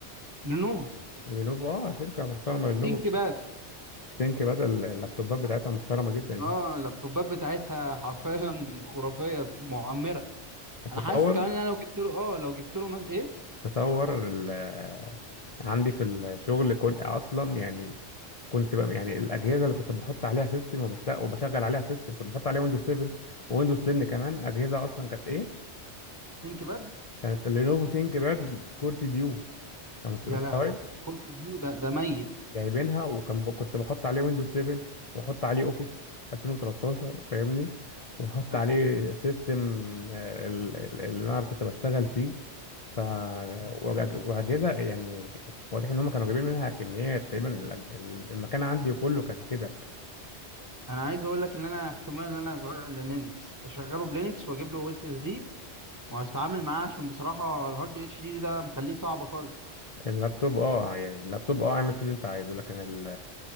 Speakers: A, on the right; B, on the left.
A: لينوفو
B: لينوفو اه شركه محترمه لينوفو
A: تيجي بقى
B: ثينك بدل اللابتوبات بتاعتها محترمه جدا يعني
A: اه اللابتوبات بتاعتها حرفيا <laughs> خرافيه معمره انا
B: تصور
A: حاسس كمان ان انا لو جبت له اه لو جبت له مثلا ايه
B: تصور ال- آه، عندي في الشغل كنت اصلا يعني كنت بقى يعني الاجهزه اللي كنت بحط عليها سيستم وبشتغل وبشغل عليها سيستم كنت بحط عليها ويندوز 7 ويندوز 10 كمان اجهزه اصلا كانت ايه
A: ثينك باد
B: كانت اللينوفو ثينك باد كورتي ديو انت
A: يا
B: مستوعب
A: لهوي كول اوف ديو ده ده ميت
B: جايبينها وكان ب... كنت بحط عليه ويندوز 7 واحط عليه اوفيس 2013 فاهمني وحط
A: أ-
B: عليه سيستم آه، ال- ال- اللي انا كنت بشتغل فيه ف وأج- واجهزه يعني واضح ان هم كانوا جايبين منها كميات تقريبا الأج- ال- المكان عندي كله كان كده
A: انا عايز اقول لك ان انا احتمال ان انا اغير للينكس اشغله بلينكس واجيب له اس اس دي وهتعامل معاه عشان بصراحه الهارد اتش دي ده مخليه صعب خالص
B: اللابتوب اه يعني اللابتوب اه اعمل فيه اللي انت عايزه لكن ال...